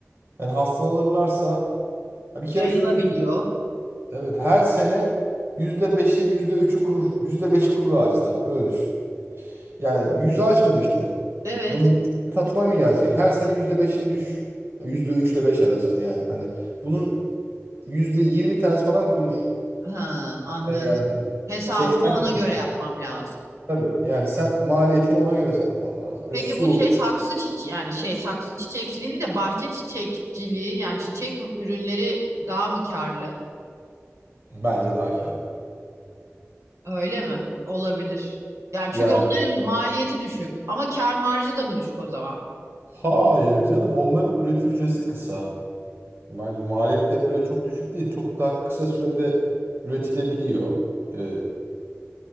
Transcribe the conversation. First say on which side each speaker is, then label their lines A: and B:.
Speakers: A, on the right; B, on the right.
A: Yani hastalanırlarsa ya bir kere
B: Yayılabiliyor.
A: şunu düşün. Evet her sene yüzde beşi yüzde üçü kurur. %5'i kurur ağaçların. Öyle düşün. Yani 100 ağaç mı diktin?
B: Evet.
A: Bunun bir tatıma mı gelecek? Her sene yüzde beşin düş. %3 ile 5 arasını yani. Hani bunun %20 tanesi falan kurur.
B: Ha anladım.
A: Oraya gelmeden.
B: Hesabımı
A: 80
B: ona
A: tane.
B: göre yapmam lazım.
A: Tabii. Yani sen maliyetini ona göre satman lazım.
B: Peki
A: E su
B: bu şey saksı çiçeği yani şey saksı çiçekçiliği değil de bahçe çiçekçiliği yani çiçek ürünleri daha mı karlı?
A: bence daha karlı.
B: Öyle mi? Olabilir. Yani çünkü
A: Yani
B: onların maliyeti düşük ama kâr marjı da mı düşük o zaman?
A: hayır canım onların üretim süresi kısa. Yani maliyetleri de öyle çok düşük değil. Çok daha kısa sürede üretilebiliyor. Ee,